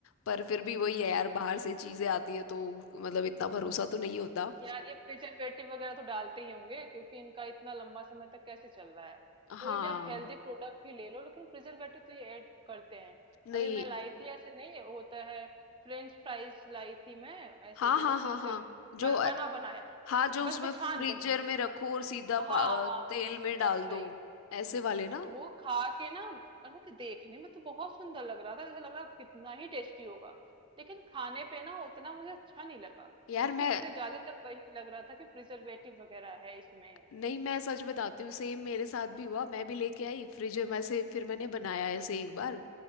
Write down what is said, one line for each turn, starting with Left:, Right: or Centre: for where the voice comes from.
Left: पर फिर भी वही
Right: हाँ
Left: है यार बाहर से चीजें आती हैं तो मतलब इतना भरोसा तो नहीं होता
Right: यार ये प्रिजर्वेटिव वगैरह तो डालते ही होंगे क्योंकि इनका इतना लंबा समय तक कैसे चल रहा है
Left: हाँ
Right: कोई भी आप हेल्दी प्रोडक्ट ही ले लो लेकिन प्रिजर्वेटिव तो ये ऐड करते हैं
Left: नहीं
Right: अभी मैं लाई थी ऐसे नहीं होता है फ्रेंच फ्राइज लाई थी मैं ऐसे
Left: हाँ हाँ
Right: जो बस
Left: हाँ
Right: ऐसे
Left: हाँ जो
Right: ब-
Left: अ,
Right: बना बनाया
Left: हाँ जो उसमें
Right: बस बस
Left: फ्रीजर
Right: छान दो
Left: में रखो और सीधा
Right: हाँ
Left: पा- अ,
Right: हाँ
Left: तेल
Right: फ्रीजर
Left: में डाल
Right: बस
Left: दो
Right: वही
Left: ऐसे वाले ना
Right: वो खा के ना अरे कि देखने में तो बहुत सुंदर लग रहा था जैसे लग रहा कितना ही टेस्टी होगा लेकिन खाने पे ना उतना मुझे अच्छा नहीं लगा
Left: यार
Right: क्योंकि
Left: मैं
Right: मुझे ज्यादातर वही लग रहा था कि प्रिजर्वेटिव वगैरह है इसमें
Left: नहीं मैं सच बताती हूँ सेम मेरे साथ भी हुआ मैं भी लेके आई फ्रिज में से फिर मैंने बनाया ऐसे एक बार